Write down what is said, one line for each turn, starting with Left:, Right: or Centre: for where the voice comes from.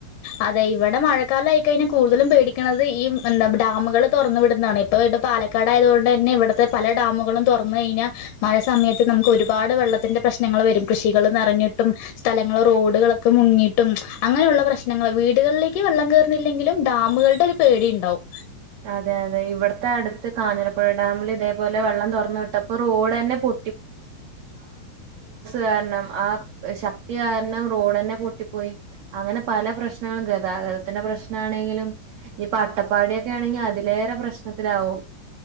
Left: അതെ ഇവിടെ മഴക്കാലായിക്കഴിഞ്ഞാ കൂടുതലും പേടിക്കണന്നത് ഈ എന്താ ഡാമുകള് തൊറന്നു വിടുന്നാണ് ഏ പ്പോ പ്പ പാലക്കാടായതോണ്ടന്നെ ഇവ്ടത്തെ പല ഡാമുകളും തൊറന്ന് കയിഞ്ഞാ മഴ സമയത്ത് നമുക്ക് ഒരുപാട് വെള്ള ള്ളത്തിന്റെ പ്രശ്നങ്ങള് വരും. കൃഷികള് നെറഞ്ഞിട്ടും സ്ഥലങ്ങള്, റോഡുകളൊക്കെ മുങ്ങിയിട്ടും അങ്ങനെയുള്ള പ്രശ് നങ്ങള്. വീടുകളിലെക്ക് വെള്ളം കേയറുന്നില്ലെങ്കിലും ഡാമുകൾടെ ഒരു പേടി ഇണ്ടാവും
Right: അതെ അതെ ഇവടത്തെ അടുത്ത് കാഞ്ഞിരപ്പുഴ ഡാമില് ഇതേപോലെ വെള്ളം തൊറന്നു വിട്ടപ്പൊറോഡ്ന്നെ പൊ കാരണം ആ ശക്തി കാരണം റോഡന്നെ പൊട്ടിപ്പോയി അങ്ങനെ പല പ്രശ്നങ്ങളും ഗതാഗതത്തിന്റെ പ്രശ്നാണെങ്കിലും ഇനിയിപ്പോ അട്ടപ്പാടിയൊക്കെ ആണെങ്കി അതിലേറെ പ്രശ്നത്തിലാവും